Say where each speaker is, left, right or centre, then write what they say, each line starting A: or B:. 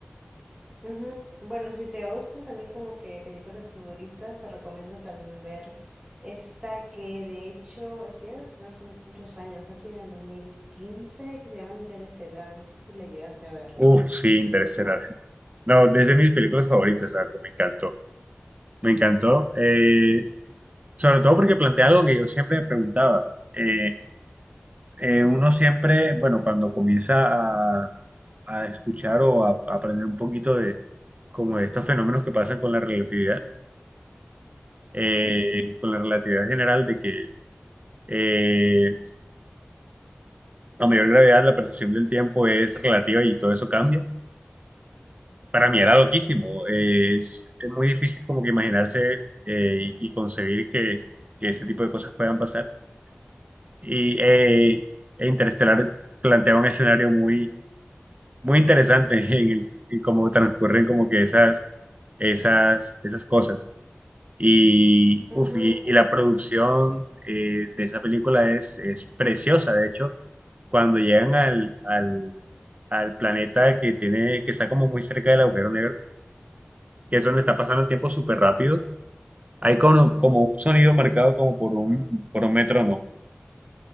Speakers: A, on the right (about 15°); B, on the right (about 35°).
A: Ujú. Bueno, si te gustan también como que películas futuristas, te recomiendo también ver esta que de hecho es, ya se estrenó hace muchos años, fácil en el 2015 que se llama Interestelar, no sé si la llegaste a ver.
B: Uf, sí, Interestelar. No, desde mis películas favoritas, la verdad, me encantó. Me encantó, eh, sobre todo porque plantea algo que yo siempre me preguntaba. Eh, eh, uno siempre, bueno, cuando comienza a, a escuchar o a a aprender un poquito de como de estos fenómenos que pasan con la relatividad,
A: Ajá,
B: eh, con la relatividad general de que eh, a mayor gravedad la percepción del tiempo es relativa y todo eso cambia. Para mí era loquísimo. eh, es, es muy difícil como que imaginarse eh, y, y concebir que, que ese tipo de cosas puedan pasar. Y eh, e Interestelar plantea un escenario muy, muy interesante <laughs> en el, en cómo transcurren como que esas, esas, esas cosas. Y,
A: ajá,
B: uf, y, y la producción eh, de esa película es, es preciosa. De hecho, cuando llegan al, al, al planeta que tiene, que está como muy cerca del agujero negro, que eso
A: ajá,
B: le está pasando el tiempo súper rápido, hay como,
A: ajá.
B: como un sonido marcado como por un, por un metrónomo.